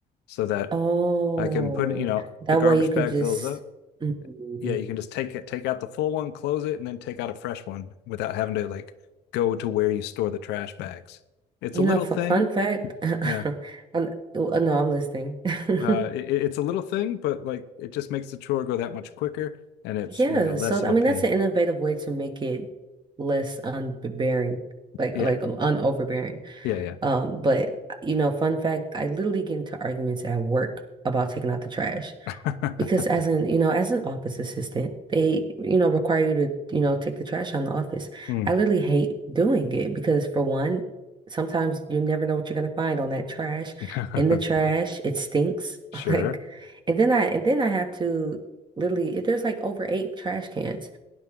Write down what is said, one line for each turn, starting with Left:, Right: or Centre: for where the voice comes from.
Left: so that
Right: Oh,
Left: I can put, you know,
Right: that
Left: the garbage
Right: way you can
Left: bag
Right: just.
Left: fills up.
Right: Mhm.
Left: Yeah, you can just take it, take out the full one, close it, and then take out a fresh one without having to like go to where you store the trash bags. It's
Right: You
Left: a little
Right: know, fun,
Left: thing.
Right: fun fact. <laughs>
Left: Yeah.
Right: I'm, oh, no, I'm listening. <laughs>
Left: Uh, it, it's a little thing, but like it just makes the chore go that much quicker and it's,
Right: Yeah,
Left: you know, less
Right: so
Left: of
Right: I
Left: a
Right: mean
Left: pain.
Right: that's an innovative way to make it less unbearing, like
Left: Yeah.
Right: like um, unoverbearing.
Left: Yeah.
Right: Um, but you know, fun fact, I literally get into arguments at work about taking out the trash.
Left: Yeah.
Right: Because as
Left: <laughs>
Right: an, you know, as an office assistant, they, you know, require you to, you know, take the trash out of the office.
Left: Hmm.
Right: I literally hate doing it because for one, sometimes you never know what you're gonna find on that trash.
Left: <laughs>
Right: In the trash, it stinks.
Left: Sure.
Right: <laughs> Like, and then I and then I have to literally, there's like over eight trash cans,